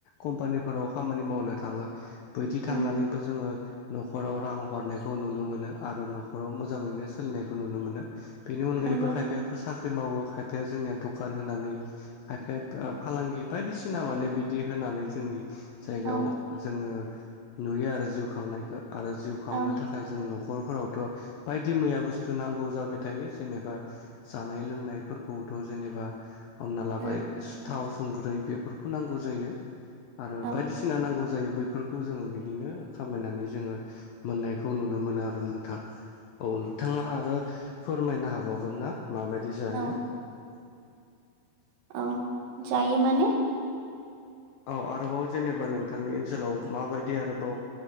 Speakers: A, on the left; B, on the right.
A: कम्पानिफोराव खामानि मावनो थाङो बायदि
B: उम
A: थांनानैबो जोङो न'खराव रां हरनायखौ नुनो मोनो आरो न'खराव मोजाङैनो सोलिनायखौ नुनो मोनो। बेनि अनगायैबो
B: नंगौ
A: खायफायाथ' साख्रि मावो खायफाया जोंनिया दखान होनानै खायफाया फालांगि बायदिसिना माने बि दि होनानै जोंनि जायगायाव
B: औ
A: जोङो नुयो आरो जिउ खांनायखो। आरो जिउ खांनो
B: औ
A: थाखाय जों न'खर फोरावथ' बायदि मैया बुस्थु नांगौ जाबाय थायो जेनेबा जानाय लोंनाय फोरखौथ' जेनेबा हमना लाबाय
B: उम
A: सुथाव संख्रै बेफोरखौ नांगौ जायो आरो
B: औ
A: बायदिसिना नांगौ जायो। बैफोरखौ जोङो बिदिनो खामायनानै जोङो मोननायखौ नुनो मोनो आरो नोंथां। औ नोंथाङा आरो फोरमायनो हाबावगोन ना माबायदि जायो।
B: औ
A: <unintelligible>
B: औ जायो माने
A: औ आरोबाव जेनेबा नोंथांनि ओनसोलाव माबायदि आरोबाव